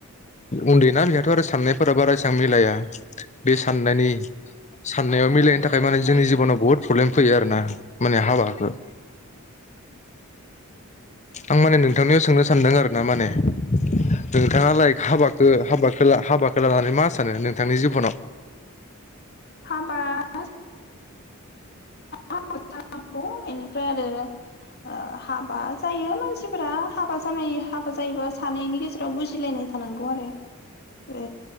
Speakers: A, on the left; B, on the left.
A: उन्दैना बेहाथ आरो साननायफोरा बारा एसां मिलाया। बे साननायनि साननाया मिलायिनि थाखाय माने जोंनि जिबनाव बुहुद प्रब्लेम फैयो आरोना माने हाबाखौ आं माने नोंथांनियाव सोंनो सानदों आरो ना माने <inaudible> नोंथाङालायक हाबाखो हाबाख खोला हाबाखौ लानानै मा सानो नोंथांनि जिबनाव?
B: हाबा <inaudible> <inaudible> <inaudible> गौ इनिफ्राय आरो ओ हाबा जायो मानसिफोरा हाबा जानाय हाबा जायोबा सानैनि गेजेराव बुजिलायनाय थानांगौ आरो ओ